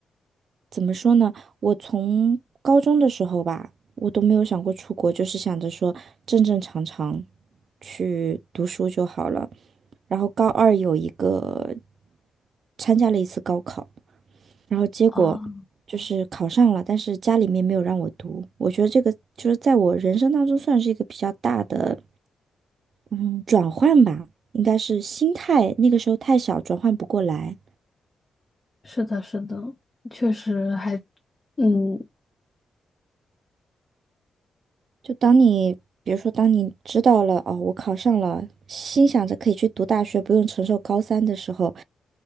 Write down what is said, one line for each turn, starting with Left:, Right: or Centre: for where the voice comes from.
Right: 怎么说呢？我从高中的时候吧，我都没有想过出国，就是想着说正正常常去读书就好了。然后高二有一个参加了一次高考，然后结果就是考上了，
Left: 哦，
Right: 但是家里面没有让我读。我觉得这个就是在我人生当中算是一个比较大的嗯转换吧，应该是心态，那个时候太小，转换不过来。
Left: 是的，是的，确实还，嗯，
Right: 就当你，比如说，当你知道了哦，我考上了，心想着可以去读大学，不用承受高三的时候，